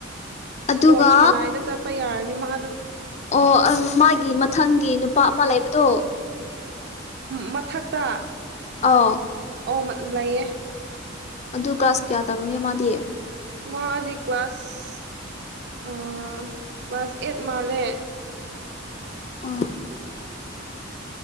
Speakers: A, on the left (about 35°); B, on the right (about 55°).
A: ꯑꯗꯨꯒ
B: ꯁꯄꯣꯔꯠꯁꯀꯤꯂꯥ ꯏꯅ ꯆꯄꯥ ꯌꯥꯔꯅꯤ ꯃꯗꯨ
A: ꯑꯣ ꯃꯥꯒꯤ ꯃꯊꯪꯒꯤ ꯅꯨꯄꯥ ꯑꯃ ꯂꯩꯕꯗꯣ
B: ꯃꯊꯛꯇ
A: ꯑꯣ
B: ꯑꯣ ꯂꯩꯌꯦ
A: ꯑꯗꯨ ꯀ꯭ꯂꯥꯁ ꯀꯌꯥ ꯇꯝꯃꯤꯅꯣ ꯃꯥꯗꯤꯌꯦ
B: ꯃꯥꯗꯤ ꯀ꯭ꯂꯥꯁ ꯀ꯭ꯂꯥꯁ ꯑꯦꯠ ꯃꯥꯜꯂꯦ
A: ꯑ